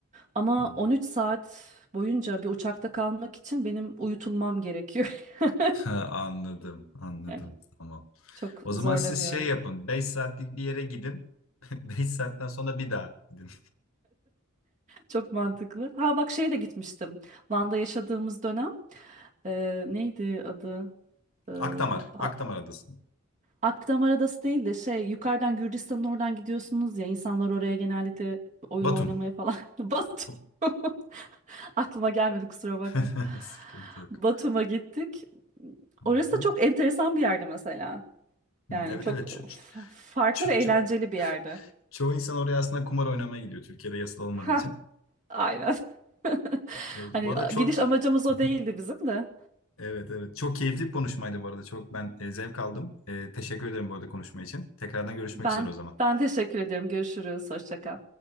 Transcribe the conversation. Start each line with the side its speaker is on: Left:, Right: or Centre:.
Right: Ama
Left: Hmm.
Right: 13 saat boyunca bir uçakta kalmak için benim uyutulmam gerekiyor. <laughs>
Left: <laughs> Anladım, anladım.
Right: Yani
Left: Tamam.
Right: Çok
Left: O
Right: zorlanıyorum.
Left: zaman siz şey yapın. 5 saatlik bir yere gidin. <laughs> 5 saatten sonra bir daha gidin.
Right: Çok mantıklı. Ha bak şeye de gitmiştim. Van'da yaşadığımız dönem e, neydi adı? E, Ba-
Left: Akdamar, Akdamar Adası.
Right: Akdamar Adası değil de şey yukarıdan Gürcistan'ın oradan gidiyorsunuz ya insanlar oraya genellikle oyun
Left: Batum.
Right: oynamaya falan. <laughs> Batum.
Left: Bu-
Right: <laughs> Aklıma gelmedi kusura bakma.
Left: <laughs> Sıkıntı yok.
Right: Batum'a gittik.
Left: Hı
Right: Orası
Left: hı.
Right: da çok enteresan bir yerdi mesela.
Left: Hı,
Right: Yani
Left: Evet
Right: çok
Left: evet. Ço- ço-
Right: fa- farklı
Left: ço-
Right: ve eğlenceli
Left: ço-
Right: bir yerdi.
Left: çoğu insan oraya aslında kumar oynamaya gidiyor. Türkiye'de yasal olmadığı
Right: Ha,
Left: için.
Right: aynen. <laughs>
Left: Evet,
Right: Hani
Left: bu arada çok
Right: gidiş amacımız o
Left: <laughs>
Right: değildi bizim de.
Left: Evet evet. Çok keyifli bir konuşmaydı bu arada. Çok ben e, zevk aldım. E, teşekkür ederim bu arada konuşma için. Tekrardan görüşmek
Right: Ben
Left: üzere o zaman.
Right: ben teşekkür ederim. Görüşürüz. Hoşça kal.